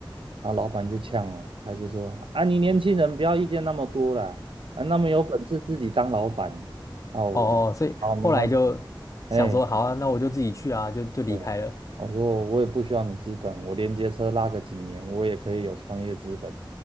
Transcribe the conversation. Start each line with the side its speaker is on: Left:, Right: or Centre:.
Right: 然后老板就呛了，他就说啊，你年轻人不要意见那么多啦，啊，那么有本事自己当老板，啊，我就好，
Left: 哦，所以后来就想说，
Right: 没关系，哎、
Left: 好啊，那我就自己去啊，就就离开了。
Right: 对啊，我说我也不需要你资本，我连接车拉个几年，我也可以有创业资本。